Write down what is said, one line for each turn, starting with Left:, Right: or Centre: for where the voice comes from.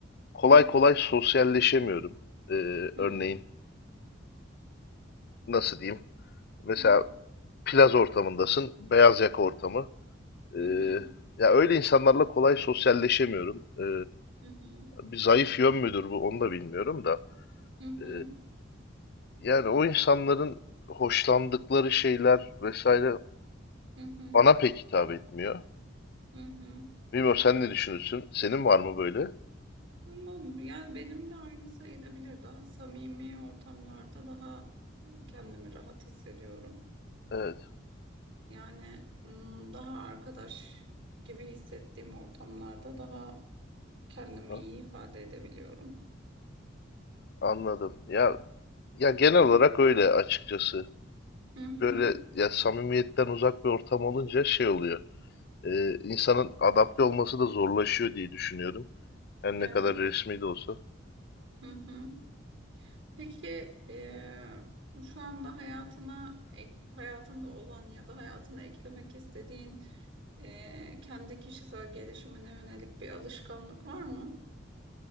Left: kolay
Right: hı hı,
Left: kolay sosyalleşemiyorum. Ee,
Right: hı,
Left: örneğin nasıl diyeyim? Mesela
Right: hı hı,
Left: plaz ortamındasın, beyaz yaka ortamı. Ee,
Right: hı hı,
Left: ya öyle insanlarla kolay sosyalleşemiyorum. Ee,
Right: hı hı,
Left: bir zayıf yön müdür bu onu da bilmiyorum da.
Right: hı hı.
Left: Ee, yani o insanların hoşlandıkları şeyler vesaire
Right: Hı hı,
Left: bana pek hitap etmiyor.
Right: hı hı.
Left: Bilmiyorum sen ne düşünürsün? Senin var mı böyle?
Right: Anladım. Yani benim de aynı sayılabilir. Daha samimi ortamlarda daha e, kendimi rahat hissediyorum.
Left: Evet.
Right: Yani m, daha arkadaş gibi hissettiğim ortamlarda daha kendimi
Left: aha,
Right: iyi ifade edebiliyorum.
Left: Anladım. Ya ya genel
Right: Hı
Left: olarak
Right: hı,
Left: öyle açıkçası.
Right: hı hı.
Left: Böyle ya samimiyetten uzak bir ortam olunca şey oluyor. Ee, insanın adapte olması da zorlaşıyor diye düşünüyorum. Her ne
Right: Evet.
Left: kadar resmi de olsa.
Right: Hı hı. Peki eee, şu anda hayatına ek- hayatında olan ya da hayatına eklemek istediğin eee, kendi kişisel gelişimine yönelik bir alışkanlık var mı?